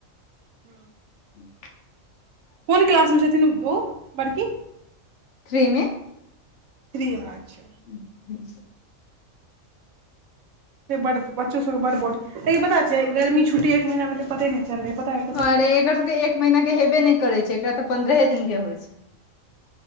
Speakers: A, on the right; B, on the left.
A: ह।
B: ह।
A: कोन क्लास मे छथिन। ओ बड़की।
B: थ्री में।
A: थ्री मे अच्छा।
B: ह ह।
A: बच्चा सभ के बड बोर्ड लेकिन पता छै। गर्मी छुटी एक महीना में। पे नहि। चले पता या।
B: अरे एकर सभ एक महीना के हेबे नहि करै छै। एकरा तऽ पन्द्रहे दिन के होइ छै।